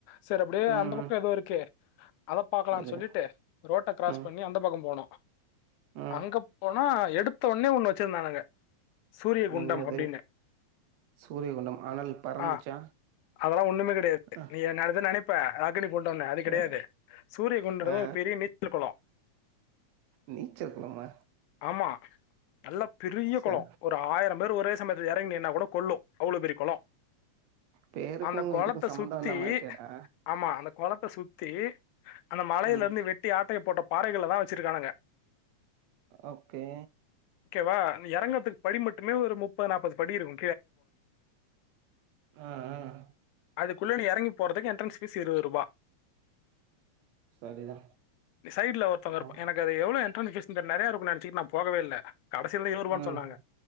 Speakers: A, on the left; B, on the right.
A: செர் அப்டியே
B: ம்.
A: அந்த பக்கோ எதோ இருக்கே அத பாக்கலான்
B: எது?
A: சொல்லிட்டு ரோட்ட க்ராஸ்
B: ம்.
A: பண்ணி அந்த பக்கோ போனோ
B: ம்
A: அங்க போனா எடுத்தவொன்னே ஒண்ணு வச்சிருந்தானுங்க சூரிய குண்டம்
B: என்னது
A: அப்டின்னு
B: சூரியகுண்டம் அனல் பறந்துச்சா
A: ஆ அதெல்லா ஒண்ணுமே கெடயாது
B: அ
A: நீ <unintelligible> நெனைப்ப அக்னி குண்டோன்னு அது கெடையாது
B: அ
A: சூரிய குண்டோ
B: ஆ
A: <unintelligible> பெரிய நீச்சலு கொளோ அ
B: நீச்சல் குளமா
A: ஆமா நல்லா பெரிய
B: ச
A: கொளோ ஒரு ஆயிரம் பேரு ஒரே சமயத்ல எறங் நின்னா கூட கொள்ளு அவ்ளோ பெரிய கொளோ
B: பேருக்கு
A: அந்த கொளத்த
B: இதுக்கு சம்பந்தோ
A: சுத்தி
B: இல்லாம இருக்கேடா
A: ஆமா அந்த கொளத்த சுத்தி அந்த மலையில
B: ம்
A: இருந்து வெட்டி ஆட்டைய போட்ட பாறைகள்லதா வச்சிருக்கானுங்க
B: ஓக்கே
A: ஓகேவா நீ எறங்க படி மட்டுமே ஒரு முப் பது நாப்பது படி இருக்கு
B: அ அ
A: அது குள்ள நீ எறங்கி போறதுக் எ ன்ட்ரென்ஸ் ஃபீஸ் இருவருபா
B: சரிதா
A: சைட்ல ஒருத்தவ்ங்க
B: ஆ
A: இருப்ப எனக்கு அது எவ்ளோ என்ட்ரென்ஸ் ஃபீஸ் இந்த நெறைய இருக்கு நெனச்சிட் நா போகவே இல்ல கடசியில இருவருபானு
B: ம்
A: சொன்னாங்க